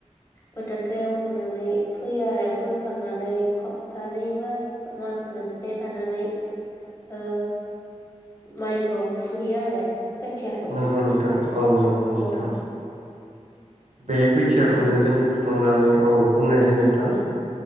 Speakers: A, on the left (about 25°); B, on the right (about 80°).
A: फोथोरखौ एवखांनानै फोयो आरो फोखांनानै हबथानै बा मास मोनसे थानानै ओ माइखौ फुयो आरो। खोथियाखौ
B: नंगौ नोंथां औ नों ओं नोंथां।
A: औ
B: बे खोथियाखौनो
A: बेनि
B: जों बुंनानै औ। बुंनायसै नोंथां।
A: औ